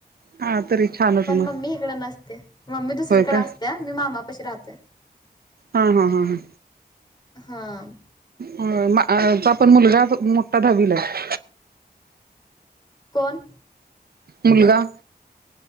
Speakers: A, on the right; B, on the left.
A: हा, तरी. छानच
B: पण
A: मग
B: मम्मी इकड नसते. मम्मी दुसरीकडे
A: होय का?
B: असते. मी मामापाशी राहतोय.
A: हा-हा, हा-हा.
B: हां.
A: होय, मग पण मुलगा मोठा दहावीला आहे.
B: कोण?
A: मुलगा.